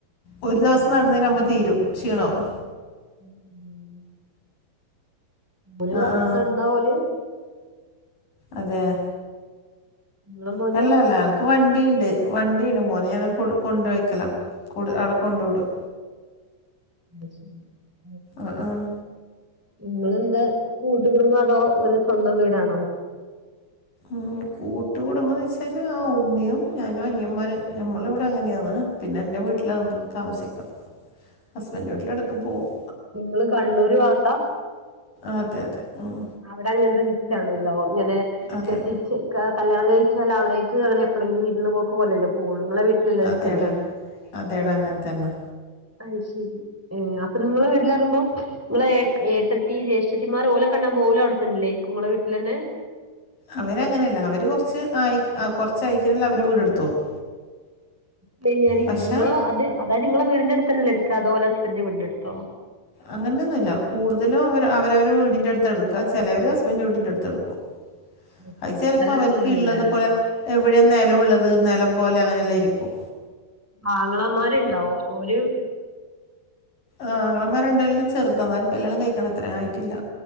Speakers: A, on the left; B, in the centre.
A: ഒരു ദിവസം നടന്നതിന് നമ്മൾ തീരും. ക്ഷീണവും.
B: <unintelligible> <unintelligible>
A: ആ ആ
B: നടന്ന ഓല്
A: അതെയോ?
B: ഇങ്ങളെ മോന്
A: <unintelligible> വണ്ടിയുണ്ട് വണ്ടിയുണ്ട്. മോനെ ഞാനെ കൊ കൊണ്ടാക്കലാ. അവിടെ കൊണ്ടു വിടും.
B: <unintelligible>
A: ആഹ്! ആഹ്!
B: നിങ്ങെള്‌ടെ കൂട്ടുകുടുംബം അതോ ഇങ്ങനെ സ്വന്തം വീടാണോ?
A: ഉം! കൂട്ടുകുടുംബംന്ന് വെച്ചാല് ആഹ് ഉമ്മയും ഞാനും അനിയന്മാര് ഞമ്മളെ ഇവിടെ അങ്ങനെയാന്ന്. പിന്നെ എൻ്റെ വീട്ടിൽന്ന് താമസിക്കാം. ഹസ്ബൻ് വീട്ടിലിടയ്ക്ക് പോകും.
B: നിങ്ങള് കണ്ണൂര് ഭാഗത്താ?
A: അതെ! അതെ! ഉം
B: അവിടെ അങ്ങനത്തെ വിസിറ്റാണല്ലോ. ഇങ്ങനെ
A: അതെ
B: കെട്ടിച്ച്! കല്യാണം കഴിച്ചാൽ അവിടേക്ക് അങ്ങനെ എപ്പോളങ്കിലും വിരുന്ന് പോക്ക് പോലല്ലേ പോവുള്ളു. നിങ്ങളെ വീട്ടിലല്ലേ നിൽക്കല്.
A: അതേടാ അതേടാ അങ്ങിനെ തന്നെ!
B: അത് ശരി. അപ്പൊ നിങ്ങടെ വീട്ടിലാരുണ്ട്. നിങ്ങളെ ഏ ഏട്ടത്തി ജേഷ്ഠത്തിമാർ ഓലെ കാണാൻ പോവൂലെ അവിടെ തന്നല്ലെ! നിങ്ങടെ വീട്ടിൽ തന്നെ
A: അവരങ്ങനെയല്ല അവര് കൊറച്ച് ആയി കൊറച്ചയക്കല് അവര് വീടെടുത്ത് പോവും.
B: പിന്നെ ഞാനീ
A: പക്ഷെ
B: നിങ്ങളെ അത് അതായത് നിങ്ങളെ വീടിന്റെ അടുത്തന്നെല്ല എടുക്കാ അതുപോലെ ഹസ്ബൻഡിന്റെ വീടിന്റെ അടുത്തോ?
A: അങ്ങനെയൊന്നുമില്ല. കൂടുതലും അവരവരു വീടിന്റെ അടുത്താ എടുക്കുക. ചിലവര് ഹസ്ബൻഡിൻ്റെ വീടിന്റെ അടുത്ത് എടുക്കും.
B: <inaudible>
A: പൈസ ചിലപ്പോ
B: സ്ഥലള്ളോലല്ലേ
A: അവർക്ക്ള്ളതു പോലെ എവിടെ നിലം ഉള്ളത് നിലം പോലെ അങ്ങനെല്ലാം ഇരിക്കും.
B: ആങ്ങളമാരുണ്ടോ? ഒരു!
A: ആഹ് ആങ്ങളമാര് രണ്ടു പേരിലും ചെറുത. അവര് കല്യാണം കഴിക്കാനത്രയും ആയിട്ടില്ല.